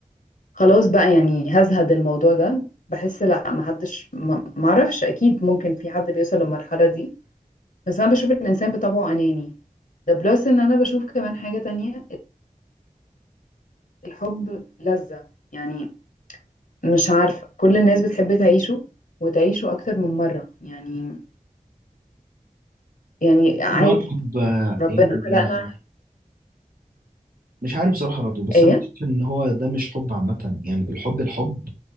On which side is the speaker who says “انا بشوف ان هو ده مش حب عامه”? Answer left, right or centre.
Right